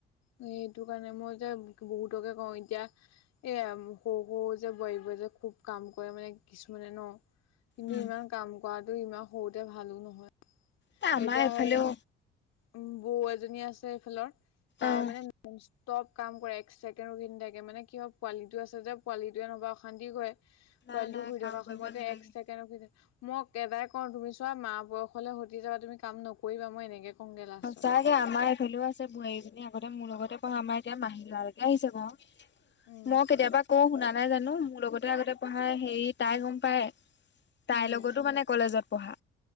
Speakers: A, on the left; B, on the left.
A: সেইটো কাৰণে। মই যে বহুতকে কওঁ এতিয়া এইয়া সৰু সৰু যে বোৱাৰীবোৰে যে খুব কাম কৰে কিছুমানে ন'। কিন্তু
B: উম,
A: ইমান কাম কৰাটো ইমান সৰুতে ভালো নহয়।
B: এ আমাৰ
A: এতিয়া
B: এইফালেও
A: সেই বৌ এজনী আছে এইফালৰ। তাই
B: অ'।
A: মানে <unintelligible> চব কাম কৰে। এক ছেকেণ্ড ৰখি নাথাকে। মানে কি হয়, পোৱালিটো আছে যে পোৱালিটোৱে নহ'লে অশান্তি কৰে।
B: নাই
A: পোৱালিটো
B: নাই
A: শুই
B: কাম
A: থকা
B: কৰিব
A: সময়তে
B: নালাগে।
A: এক ছেকেণ্ড ৰখি মই এটাই কওঁ, তুমি চোৱা মা বয়সলে হুতি যাবা তুমি কাম নকৰিবা। মই এনেকে কওঁগে লাষ্টত
B: সঁচাকে আমাৰ এইফালেও আছে বোৱাৰী এজনী এনে আগতে মোৰ লগতে পঢ়া। আমাৰ এতিয়া মাহী ল'ৰালৈকে আহিছে বাৰু।
A: উম
B: মই কেতিয়াবা কওঁ শুনা নে নাই জানো মোৰ লগতে আগতে পঢ়া হেৰি তাই গম পায়। তাইৰ
A: উম
B: লগতো মানে কলেজত পঢ়া।